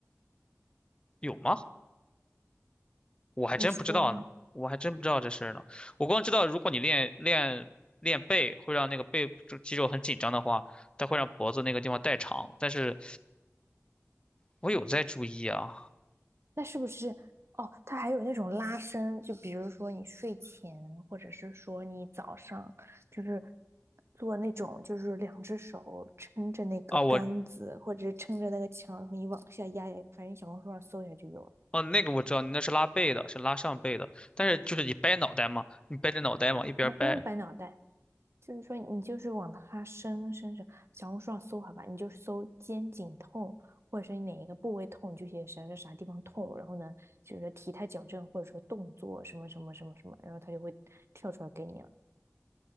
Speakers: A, on the left; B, on the right.
A: 有吗？我还真不知道呢，
B: 你说呢？
A: 我还真不知道这事儿呢。我光知道，如果你练练练背，会让那个背部肌肉很紧张的话，它会让脖子那个地方代偿。但是我有在注意啊。
B: 那是不是哦？它还有那种拉伸，就比如说你睡前，或者是说你早上，就是做那种，就是两只手撑着那个杆子，
A: 啊，我
B: 或者是撑着那个墙，然后你往下压压，反正小红书上搜一下就有了
A: 哦，那个我知道，你那是拉背的，是拉上背的，但是就是你掰脑袋嘛，你掰着脑袋往一边儿掰。
B: 啊，不用掰脑袋。就是说你就是往它深深深小红书上搜好吧，你就搜肩颈痛，或者说你哪一个部位痛，你就写啥啥啥地方痛，然后呢，就是体态矫正或者说动作什么什么什么什么，然后它就会跳出来给你了。